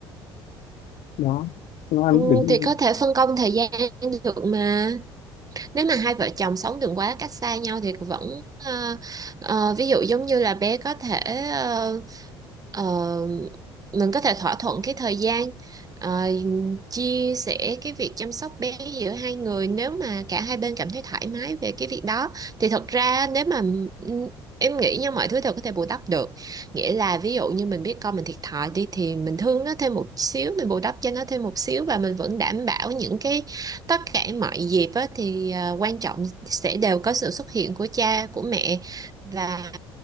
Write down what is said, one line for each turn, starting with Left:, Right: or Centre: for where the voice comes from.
Left: đó nó anh
Right: Ừ,
Left: đừng
Right: thì có thể phân công thời gian được mà. nếu mà hai vợ chồng sống đừng quá cách xa nhau thì vẫn ờ, ờ, ví dụ giống như là bé có thể ờ, ờ, mình có thể thỏa thuận cái thời gian ờ, chia sẻ cái việc chăm sóc bé giữa hai người nếu mà cả hai bên cảm thấy thoải mái về cái việc đó thì thật ra nếu mà em nghĩ nha mọi thứ đều có thể bù đắp được nghĩa là ví dụ như mình biết con mình thiệt thòi đi thì mình thương nó thêm một xíu mình bù đắp cho nó thêm một xíu và mình vẫn đảm bảo những cái tất cả mọi dịp á, thì à, quan trọng sẽ đều có sự xuất hiện của cha của mẹ và